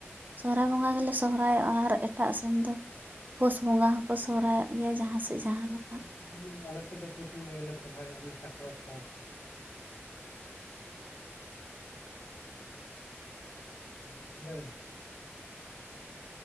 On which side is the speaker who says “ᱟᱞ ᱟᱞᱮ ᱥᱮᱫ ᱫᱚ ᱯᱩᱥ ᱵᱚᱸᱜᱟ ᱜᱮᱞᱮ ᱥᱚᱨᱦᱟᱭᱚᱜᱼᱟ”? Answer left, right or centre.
Left